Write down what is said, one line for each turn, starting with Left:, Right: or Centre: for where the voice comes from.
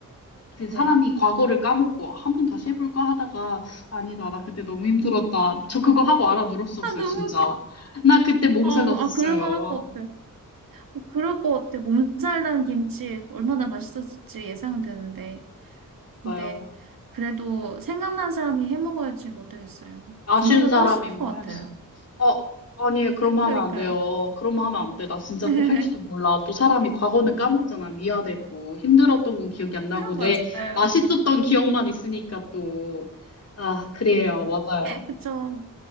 Left: 그
Right: 네.
Left: 사람이 과거를 까먹고 한 번 다시 해볼까 하다가 아니다. 나 그때 너무 힘들었다. 저 그거 하고 알아 누렀었어요,
Right: 아, 너무
Left: 진짜.
Right: 웃겨.
Left: 나 그때 몸살
Right: 아,
Left: 났었어요.
Right: 아, 그럴 만할 것 같아. 아, 그럴 것 같아. 몸살 난 김치 얼마나 맛있었을지 예상은 되는데. 근데
Left: 맞아요.
Right: 그래도 생각난 사람이 해 먹어야지 못하겠어요.
Left: 아쉬운
Right: 조만간
Left: 사람이
Right: 또 하실 것
Left: 뭐
Right: 같아요.
Left: 해야지. 어, 아니, 그럼 하면
Right: 그러니까요.
Left: 안 돼요. 그럼 하면 안 돼. 나 진짜
Right: <laughs>
Left: 또 할지도 몰라. 또 사람이 과거는 까먹잖아. 미화되고. 힘들었던 건 기억이 안 나고. 내
Right: 맞아요.
Left: 맛있었던 기억만 있으니까 또. 아, 그래요. 맞아요.
Right: 그쵸.